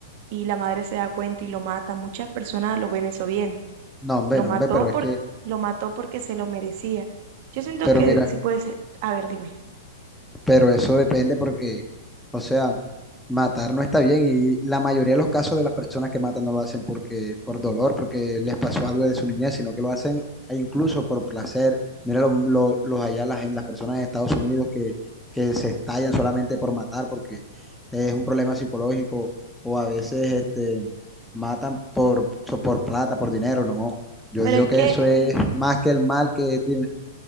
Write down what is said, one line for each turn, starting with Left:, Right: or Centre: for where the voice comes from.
Right: y la madre se da cuenta y lo mata. Muchas personas lo ven eso bien.
Centre: No, hombre,
Right: Lo
Centre: no,
Right: mató
Centre: hombre, pero es
Right: por,
Centre: que,
Right: lo mató porque se lo merecía. Yo siento
Centre: pero
Right: que
Centre: mira,
Right: sí puede ser, a ver, dime.
Centre: pero eso depende porque, o sea, matar no está bien y la mayoría de los casos de las personas que matan no lo hacen porque, por dolor, porque les pasó algo de su niñez, sino que lo hacen e incluso por placer. Mira los lo- los allá, las, gen- las personas en Estados Unidos que, que se estallan solamente por matar porque es un problema psicológico o a veces este, matan por, so- por plata, por dinero, no. Yo
Right: Pero
Centre: digo
Right: es
Centre: que
Right: que,
Centre: eso es más que el mal que, dime.